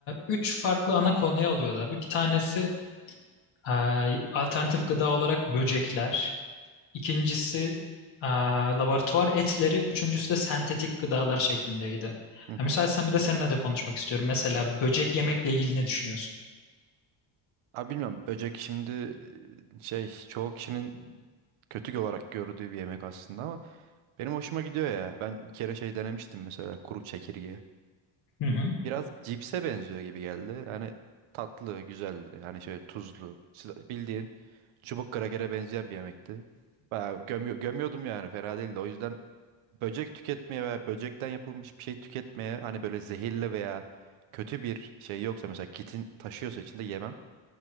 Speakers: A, on the left; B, on the right.
A: 3 farklı ana konuya alıyordu abi. Bir tanesi eee, alternatif gıda olarak böcekler. İkincisi e, laboratuvar etleri, üçüncüsü de sentetik gıdalar şeklindeydi.
B: hı hı.
A: Ha, müsaitsen bir de seninle de konuşmak istiyorum. Mesela böcek yemekle ilgili ne düşünüyorsun?
B: Abi bilmiyorum böcek şimdi e, şey çoğu kişinin kötü olarak gördüğü bir yemek aslında ama benim hoşuma gidiyor ya. Ben bir kere şey denemiştim mesela kuru çekirge.
A: Hı hı,
B: Biraz cipse benziyor gibi geldi. Yani tatlı, güzeldi. yani şöyle tuzlu. Siz- Bildiğin çubuk krakere benzeyen bir yemekti. Bayağı gömüyor- gömüyordum yani fena değildi. O yüzden böcek tüketmeye veya böcekten yapılmış bir şey tüketmeye hani böyle zehirli veya kötü bir şey yoksa mesela kitin taşıyorsa içinde yemem.